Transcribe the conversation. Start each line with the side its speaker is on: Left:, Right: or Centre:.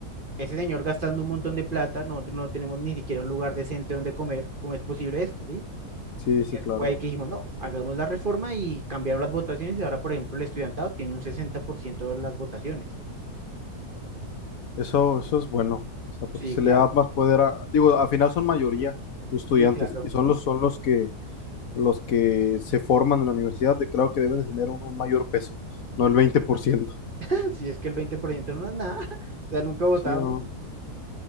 Right: ese señor gastando un montón de plata, nosotros no tenemos ni siquiera un lugar decente donde comer, ¿cómo es posible esto, sí?
Left: Sí,
Right: Entonces
Left: sí, claro.
Right: fue ahí que dijimos, no, hagamos la reforma y cambiaron las votaciones y ahora, por ejemplo, el estudiantado tiene un 60% de las votaciones.
Left: Eso, eso es bueno, o sea, porque
Right: Sí,
Left: se
Right: claro.
Left: le da más poder a, digo, al final son mayoría los estudiantes
Right: Sí, claro.
Left: y son los, son los que, los que se forman en la universidad, de- claro que deben de tener un, un mayor peso, no el veinte por ciento
Right: <laughs> Si es que el 20% no es nada, <laughs> o sea, nunca votamos.
Left: Sí, no,